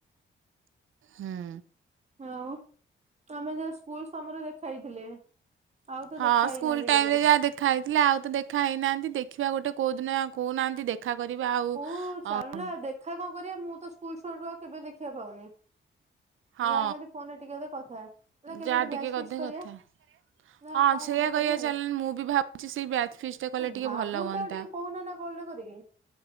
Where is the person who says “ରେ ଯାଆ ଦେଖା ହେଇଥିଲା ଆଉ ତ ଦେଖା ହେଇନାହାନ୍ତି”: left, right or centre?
Right